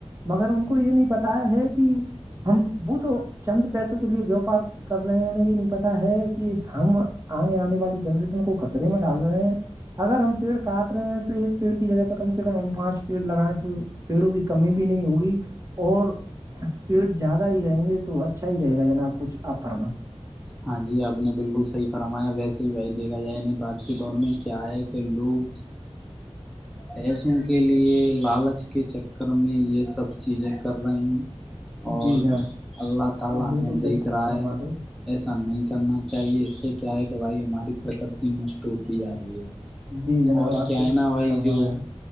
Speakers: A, on the right; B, in the centre.
A: مگر ان کو یہ نہیں بتایا ہے کہ ہم وہ تو چند پیسوں کے لیے ویوپار کر رہے ہیں انہیں یہ نہیں پتا ہے کہ ہم آگے آنے والی جنریشن کو خطرے میں ڈال رہے ہیں اگر ہم پیڑ کاٹ رہے ہیں تو ایک پیڑ کی جگہ کم سے کم ہم پانچ پیڑ لگائے تو پیڑوں کی کمی بھی نہیں ہوگی اور پیٹر زیادہ ہی رہیں گے تو اچھا ہی رہے گا جناب کچھ آپ فرماے
B: ہاں جی آپ نے بالکل صحیح فرمایا ویسے ہی بھائی دیکھا جائے نہیں تو آج کے دور میں کیا ہے کہ لوگ
A: <inaudible>
B: پیسوں کے لیے لالچ کے چکر میں یہ سب چیزیں کر رہے ہیں اور
A: جی جناب
B: اللہ تعالی
A: آپ بالکل
B: انہیں
A: صحیح
B: دیکھ رہا
A: فرما
B: ہے
A: رہے ہیں۔
B: ایسا نہیں کرنا چاہیے اس سے کیا ہے کہ بھائی ہماری پر یکرتی نشٹ ہوتی جا رہی ہے
A: جی جناب
B: اور
A: آپ
B: کیا
A: سے
B: ہے نا بھائی
A: فرما
B: جو
A: رہے ہو